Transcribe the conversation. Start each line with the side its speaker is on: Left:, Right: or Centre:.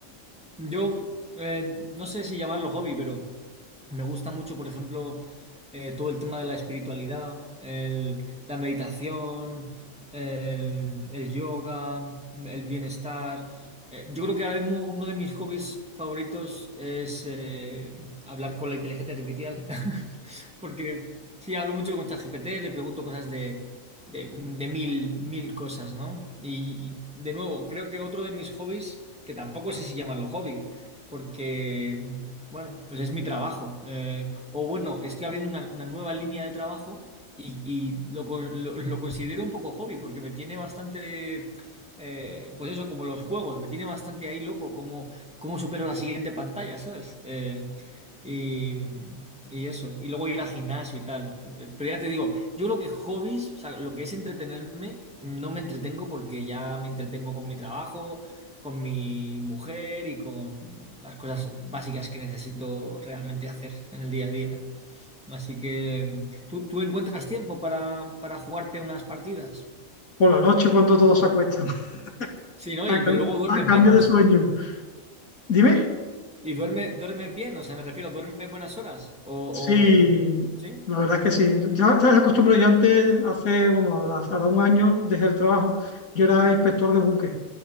Centre: yo eh, no sé si llamarlo hobby, pero... Me gusta mucho, por ejemplo, eh, todo el tema de la espiritualidad, el- la meditación, el, el yoga, el bienestar. Eh, yo creo que ahora mismo uno de mis hobbies favoritos es eh, hablar con la inteligencia artificial, <laughs> porque sí, hablo mucho con ChatGPT, le pregunto cosas de, de- de mil, mil cosas, ¿no? Y, y, de nuevo, creo que otro de mis hobbies, que tampoco sé si llamarlo hobby, porque bueno, pues es mi trabajo. Eh, o bueno, estoy abriendo una, una nueva línea de trabajo y, y lo, co- lo- lo considero un poco hobby porque me tiene bastante, eh, pues eso, como los juegos, me tiene bastante ahí loco, como cómo supero la siguiente pantalla, ¿sabes? Eh, y, y eso, y luego ir al gimnasio y tal. Eh, Pero ya te digo, yo creo que hobbies, o sea, lo que es entretenerme, no me entretengo porque ya me entretengo con mi trabajo con mi mujer y con las cosas básicas que necesito realmente hacer en el día a día. Así que, ¿tú, tú encuentras tiempo para, para jugarte unas partidas?
Left: Por la noche cuando todos se acuestan, <laughs>
Centre: Sí, ¿no?
Left: a,
Centre: Y
Left: cam-
Centre: luego duermes
Left: a cambio
Centre: menos.
Left: de sueño. Dime.
Centre: ¿Y duerme, duermes bien? O sea, me refiero, ¿duermes buenas horas? ¿O, o-
Left: Sí,
Centre: o- sí?
Left: la verdad es que sí. Ya ¿sabes la costumbre? Yo antes, hace, bueno, hace ahora un año, dejé el trabajo. Yo era inspector de buques,